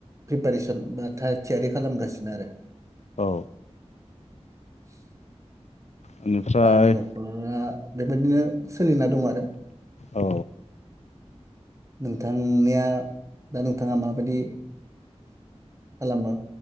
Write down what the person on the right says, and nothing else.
प्रिपारेसन बा थाग थियारि खालामगासिनो आरो।
<inaudible>
दा आंनि न'खरा बेबायदिनो सोलिना दं आरो।
नोंथांनिया दा नोंथाङा माबायदि खालामो